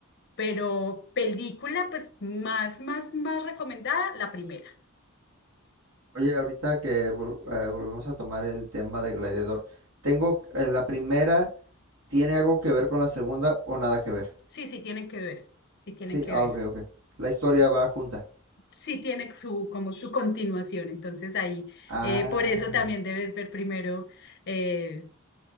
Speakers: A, on the left (about 55°); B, on the right (about 85°).
A: Pero película, pues más, más, más recomendada, la primera.
B: Oye, ahorita que vol- eh, volvemos a tomar el tema de Gladiador, tengo eh, la primera, ¿tiene algo que ver con la segunda o nada que ver?
A: Sí, sí tienen que ver, sí tienen
B: Sí,
A: que
B: ah,
A: ver.
B: ok, ok. La historia va junta.
A: Sí tiene su, como su continuación, entonces ahí,
B: Ah,
A: eh, por eso también debes ver primero eh,